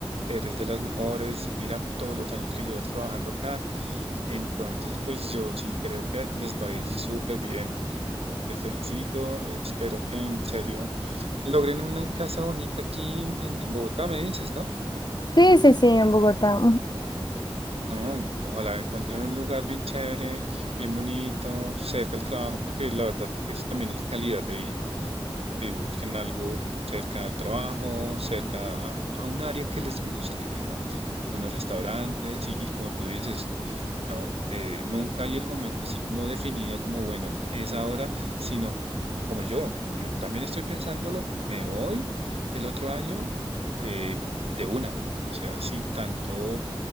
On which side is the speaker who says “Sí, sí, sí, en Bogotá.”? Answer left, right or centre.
Left